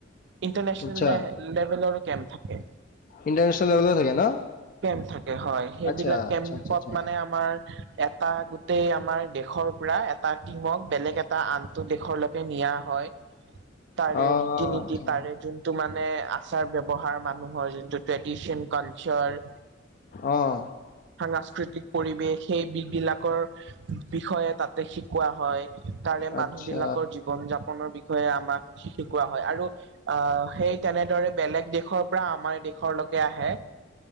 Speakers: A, on the right (about 60°); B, on the left (about 45°).
A: ইণ্টাৰনেচনেল
B: আচ্ছা
A: লে লেবেলৰো কেম্প থাকে।
B: ইণ্টাৰনেচনেল লেবেলৰো থাকে ন?
A: কেম্প থাকে হয়, সেইবিলাক
B: আচ্ছা
A: কেম্পত
B: আচ্ছা আচ্ছা আচ্ছা
A: মানে আমাৰ। এটা গোটেই আমাৰ দেশৰ পৰা এটা টিমক বেলেগ এটা আন টো দেশলৈকে নিয়া হয়। তাৰে
B: অ',
A: ৰীতি-নীতি
B: আচ্ছা
A: তাৰে যোনটো মানে আচাৰ ব্যৱহাৰ মানুহৰ যোনটো ট্ৰেডিচন কালচাৰ।
B: অহ।
A: সাংস্কৃতিক পৰিৱেশ সেই বিধ বিলাকৰ বিষয়ে তাতে শিকোৱা হয়। তাৰে মানুহ
B: আচ্ছা
A: বিলাকৰ জীৱন যাপনৰ বিষয়ে আমাক শিকোৱা হয়। আৰু আহ সেই তেনেদৰে বেলেগ দেশৰ পৰা আমাৰ দেশৰলৈকে আহে।